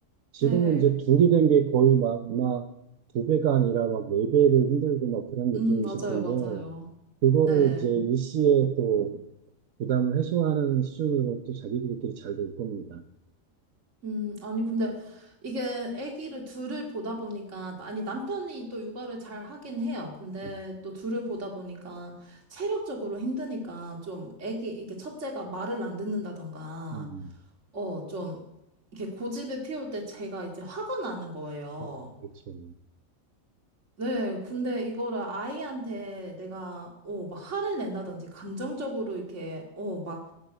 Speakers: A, on the right (about 90°); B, on the right (about 60°).
A: 지금은
B: 네.
A: 이제 둔기된 게 거의 막 아마 두 배가 아니라 막 네 배로 힘들고 막 그런 느낌이실
B: 음, 맞아요,
A: 텐데,
B: 맞아요.
A: 그거를
B: 네.
A: 이제 일시에 또 부담을 해소하는 수준으로 또 자기들끼리 잘 놀 겁니다.
B: 음, 아니, 근데 이게 아기를 둘을 보다 보니까, 아니, 남편이 또 육아를 잘 하긴 해요. 근데
A: 음,
B: 또 둘을 보다 보니까 체력적으로 힘드니까 좀 아기, 이렇게 첫째가 말을 안 듣는다던가,
A: 음.
B: 어, 좀 이렇게 고집을 피울 때 제가 이제 화가 나는 거예요.
A: 어, 그렇죠.
B: 네, 근데 이거를 아이한테 내가, 어, 막 화를 낸다든지, 감정적으로 이렇게, 어, 막,